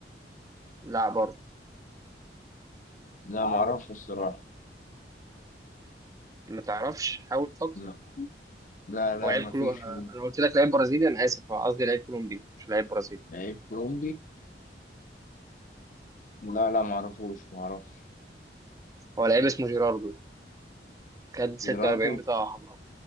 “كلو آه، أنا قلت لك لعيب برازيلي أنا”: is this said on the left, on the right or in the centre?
Right